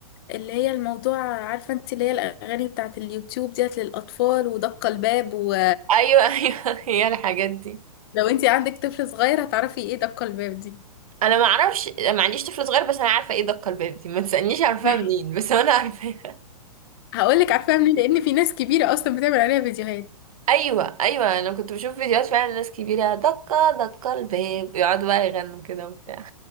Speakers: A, on the left; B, on the right.
A: اللي هي الموضوع عارفه انت اللي هي الاغاني بتاعت اليوتيوب ديت للاطفال ودق الباب ولو
B: ايوه <laughs> ايوه هي الحاجات دي
A: انت عندك طفل صغير هتعرفي ايه دق الباب دي
B: انا ما اعرفش ما عنديش طفل صغير بس انا عارفه ايه دق الباب دي ما تسالنيش عارفاها
A: <laughs>
B: منين بس انا عارفاها
A: هقول لك عارفاها منين لان في ناس كبيره اصلا بتعمل عليها فيديوهات
B: ايوه ايوه انا كنت بشوف فيديوهات فعلا ناس كبيره دقه دقه الباب يقعدوا بقى يغنوا كده وبتاع